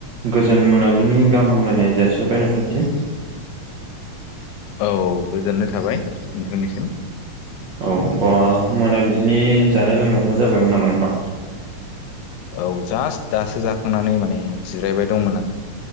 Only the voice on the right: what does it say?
गोजोन मोनाबिलिनि गाहाम हामलायनाय जासिबाय नोंथांसिम।
औ औ अ मोनाबिलिनि जानाय लोंनायफ्रा जाबायमोन नामा नोंथां?